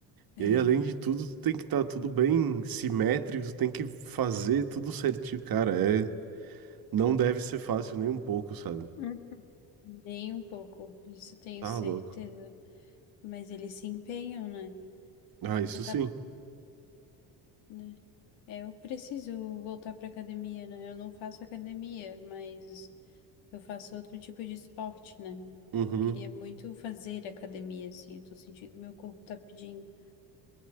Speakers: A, on the left; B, on the right.
A: É,
B: E aí, além de tudo, tu tem que estar tudo bem simétrico, tu tem que fazer tudo certinho. Cara, é... não deve ser fácil nem um pouco, sabe?
A: Uhum. nem um pouco, isso tenho
B: Tá
A: certeza.
B: louco.
A: Mas eles se empenham, né?
B: Ah, isso
A: Eu tava,
B: sim.
A: né? É, eu preciso voltar pra academia, né? Eu não faço academia, mas eu faço outro tipo de esporte, né?
B: Uhum.
A: Eu queria muito fazer academia, assim. Eu tô sentindo que meu corpo tá pedindo.